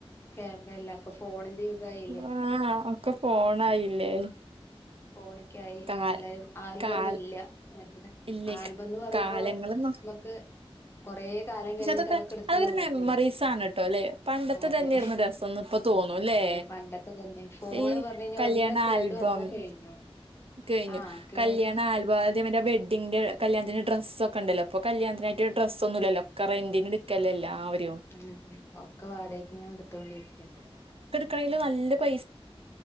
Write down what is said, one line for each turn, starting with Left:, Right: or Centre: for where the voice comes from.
Left: ക്യാമറ എല്ല ഒക്കെ ഫോണിന്റെ യുഗായില്ലേ
Right: ആ ഒക്കെ ഫോണായില്ലേ
Left: ഫോണക്കെ ആയി
Right: കാൽ
Left: എല്ലാരും ആൽബം
Right: കാൽ
Left: ഒന്നുല്ല മറ്റേത്
Right: ഇല്ലേ
Left: ആൽബം എന്ന് പറയുമ്പോ
Right: കാലങ്ങള് മാ
Left: മ്മ ക്ക്‌ കൊറേ കാലം
Right: പക്ഷെ
Left: കഴിഞ്ഞിട്ട് അതൊക്കെ എടുത്ത് നോക്കുമ്പളേ
Right: ഒരു മെമ്മറീസ് ആണ് കേട്ടോ അല്ലെ പണ്ടത്തെ
Left: അതെ
Right: തന്നെയായിരുന്നു രസംന്ന് ഇപ്പൊ തോന്നും അല്ലേ
Left: അതെ പണ്ടത്തെ തന്നെ ഫോൺ
Right: ഈ
Left: പറഞ്ഞ് കഴിഞ്ഞാൽ
Right: കല്യാണ
Left: ഒന്ന് കേടു
Right: ആൽബം
Left: വന്നാ കഴിഞ്ഞു
Right: കഴിഞ്ഞു
Left: ആഹ് കേട്
Right: കല്യാണ ആൽ വാദ്യമിന്റെ വെഡിങ്ങിന്റെ കല്യാണത്തിന്റെ ഡ്രസ്സ് ഒക്കെ ഉണ്ടല്ലോ ഇപ്പ കല്യാത്തിനായിട്ട് ഡ്രസ്സൊന്നുല്ലല്ലോ ഒക്കെ റെന്റിന് എട് ക്കലെല്ലാവരും
Left: ഉം ഒക്കെ വാടകക്ക് ഇങ്ങനെ എടുത്തോണ്ടിരിക്കയ
Right: കയ്യില് നല്ല പൈസ